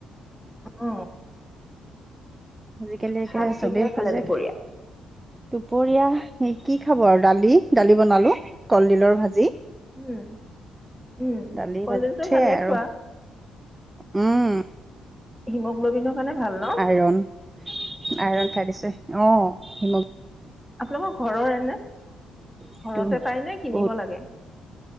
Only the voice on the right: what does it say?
আজিকালি একে
চবেই খোজ
কাঢ়ে।
দুপৰীয়া হে কি খাব আৰু দালি, দালি বনালো কলডিলৰ ভাজি।
দালি
ভাজি সেয়াই
আৰু
উম।
আইৰন, আইৰন খাই দিছে, অ' হিম
সেইটো
বহুত